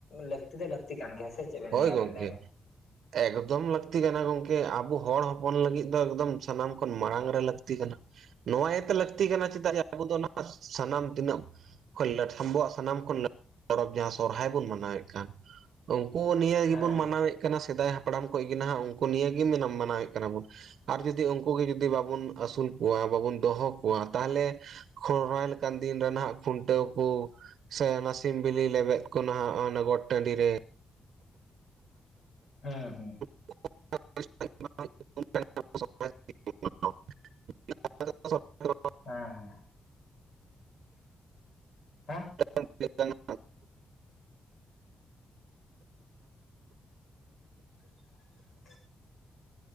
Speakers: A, on the left; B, on the right.
A: ᱞᱟᱹᱠᱛᱤ ᱫᱚ ᱞᱟᱹᱛᱤ ᱠᱟᱱ ᱜᱮᱭᱟ ᱥᱮ? ᱪᱮᱫ ᱵᱮᱱ
B: ᱦᱚᱭ
A: ᱞᱟᱹᱭᱟ ᱟᱵᱮᱱ
B: ᱜᱚᱢᱠᱮ
A: ᱞᱟᱹᱭ ᱵᱮᱱ
B: ᱾ ᱮᱠᱫᱚᱢ ᱞᱟᱹᱠᱛᱤ ᱠᱟᱱᱟ ᱜᱚᱝᱠᱮ ᱟᱵᱚ ᱦᱚᱲ ᱦᱚᱯᱚᱱ ᱞᱟᱹᱜᱤᱫ ᱫᱚ ᱮᱠᱫᱚᱢ ᱥᱟᱱᱟᱢ ᱠᱷᱚᱱ ᱢᱟᱲᱟᱝ ᱨᱮ ᱞᱟᱹᱠᱛᱤ ᱠᱟᱱᱟ ᱾ ᱱᱚᱣᱟ ᱤᱭᱟᱹᱛᱮ ᱞᱟᱹᱠᱛᱤ ᱠᱟᱱᱟ ᱪᱮᱫᱟᱜ ᱟᱵᱚ ᱫᱚ <unintelligible> ᱥᱟᱱᱟᱢ ᱛᱤᱱᱟᱹᱜ ᱟᱵᱚᱣᱟᱜ ᱥᱟᱱᱟᱢ ᱠᱷᱚᱱ <unintelligible> ᱯᱚᱨᱚᱵ ᱡᱟᱦᱟᱸ ᱥᱚᱨᱦᱟᱭ ᱵᱚᱱ ᱢᱟᱱᱟᱣᱮᱫ ᱠᱟᱱ ᱾ ᱠᱚ ᱱᱤᱭ
A: ᱦᱮᱸ
B: ᱜᱮᱵᱚᱱ ᱢᱟᱱᱟᱣᱮᱫ ᱠᱟᱱᱟ ᱥᱮᱫᱟᱭ ᱦᱟᱯᱲᱟᱢ ᱠᱚ ᱜᱮ ᱱᱟᱦᱟᱜ ᱩᱱᱠᱩ ᱱᱤᱭᱟᱹᱜᱮ ᱢᱟᱱᱟᱣᱮᱫ ᱠᱟᱱᱟ ᱵᱚᱱ ᱾ ᱟᱨ ᱡᱩᱫᱤ ᱩᱱᱠᱩ ᱜᱮ ᱡᱩᱫᱤ ᱵᱟᱵᱚᱱ ᱟᱹᱥᱩᱞ ᱠᱚᱣᱟ ᱵᱟᱵᱚᱱ ᱫᱚᱦᱚ ᱠᱚᱣᱟ ᱛᱟᱦᱚᱞᱮ ᱥᱚᱨᱦᱟᱭ ᱞᱮᱠᱟᱱ ᱫᱤᱱ ᱨᱮ ᱦᱟᱜ ᱠᱷᱩᱱᱴᱟᱹᱣ ᱠᱚ ᱥᱮ ᱚᱱᱟ ᱥᱤᱢ ᱵᱤᱞᱤ ᱞᱮᱵᱮᱫ ᱠᱚ ᱱᱟᱦᱟᱜ ᱚᱱᱟ ᱜᱚᱴ ᱴᱟᱺᱰᱤ ᱨᱮ᱾
A: ᱦᱮᱸ ᱦᱮᱸ ᱾
B: <unintelligible> <unintelligible>
A: ᱦᱮᱸ ᱦᱮᱸ <inaudible> ᱦᱮᱸ ᱾
B: <unintelligible>
A: <unintelligible>